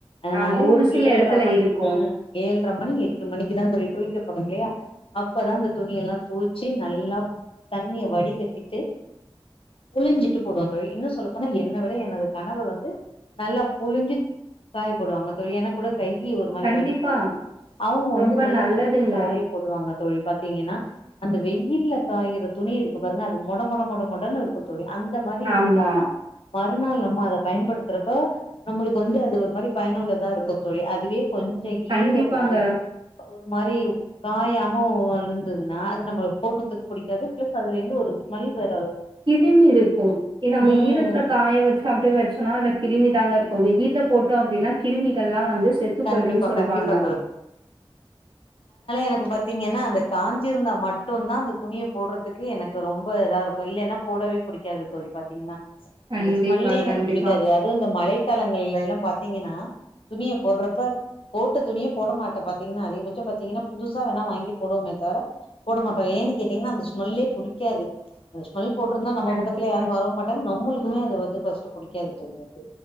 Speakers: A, on the left; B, on the right.
A: அதுனால
B: ஆமா ஒரு சில
A: ஏழ்ர
B: எடத்துல
A: மணி
B: இருக்கு
A: ம் ஏழ் ர மணி எட்டு மணிக்கு தா தோழி குளிக்க போறோல்லயா அப்பதா அந்த துணியல்லா தோச்சி நல்லா தண்ணிய வடிகட்டிட்டு புழிஞ்சிட்டு போடுவ தோழி இன்னு சொல்லப்போனா என்ன விட எனது கணவர் வந்து நல்லா புழிஞ்சு காய போடுவாங்க தோழி எனக் கூட கையி ஒரு மாரி
B: கண்டிப்பா
A: வலிக்கு அவுங்க வந்து
B: ரொம்ப
A: நல்லா
B: நல்லதுங்க
A: புழிஞ்சு காய போடுவாங்க தோழி பாத்தீங்கன்னா அந்த வெயில்ல காயிற துணி இருக்கு பாருங்க அது மொட மொட மொட மொடன் இருக்கு தோழி அந்த து இருந்தாதா
B: ஆமா
A: மறுநாள் நம்ம அத பயன்படுத்துறப்ப நம்மளுக்கு வந்து அது ஒரு மாரி பயனுள்ளதா இருக்கு தோழி அதுவே கொஞ்ச‌
B: கண்டிப்பாங்க
A: ஈரமோ ஒ ரு மாரி காயாம ஒ இருந்ததுன்னா அது நம்மளுக் போட்றத்துக்கு பிடிக்காது பிளஸ் அதுலேந்து ஒரு ஸ்மெல் வரு
B: இதே <unintelligible> ம் நம்ம
A: ம்
B: ஈரத்ல காய வச்சு அப்டியே வச்சோனா அதுல கிருமி தாங்க இருக்கு வெயில்ல போட்டோ அப்டின்னா கிருமிகள்லா வந்து செத்து
A: கண்டிப்பா
B: போயிடுன் சொல்வாங்க
A: கண்டிப்பா னக்கு பாத்தீங்கன்னா அந்த காஞ்சிருந்தா மட்டுந்தா அந்த துணிய போட்றதுக்கு எனக்கு ரொம்ப இதா இருக்கு இல்லனா போடவே பிடிக்காது தோழி பாத்தீங்கனா
B: கண்டிப்பா
A: அந்த ஸ்மெல்லே எனக்கு
B: கண்டிப்பா
A: புடிக்காது அதுவு இந்த மழைக்காலங்கள்லேலா பாத்தீங்கனா துணிய போர்றப்ப போட்ட துணிய போட மாட்டே பாத்தீங்கனா அதிகபட்சம் பாத்தீங்கனா புதுசா வேணா வாங்கி போடுவமே தவிர போட மாட்டோ ஏனு கேட்டிங்கனா அந்த ஸ்மெல்லே புடிக்காது அந்த ஸ்மெல் போட்ருந்தா நம்ம
B: கண்டிப்பா
A: பத்துல யாரு‌ வரவு மாட்டாங்க நம்மளுக்குமே அது வந்து ஃபஸ்ட்டு புடிக்காது தோழி அது